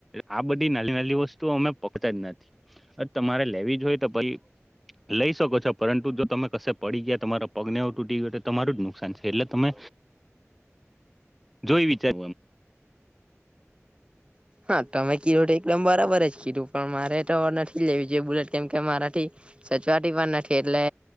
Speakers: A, in the centre; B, on the right.
A: આ બધી નાની નાલી વસ્તુઓ અમે પકતા જ નથી, તમારે લેવી જો હોઈ તો પ લઈ શકો છો પરંતુ જો તમે કશે પડી ગયા તમારા પગનેવ તૂટી ગયો. તમારું જ નુકસાન છે, એટલે તમે જોઈ વિચા
B: <inaudible> હા તમે કીડ તો એકદમ બરાબર જ કીડું પણ મારે તો નથી, લેવી જોઈએ બુલેટ કેમ કે મારાથી સચવાટી પણ નથી એટલે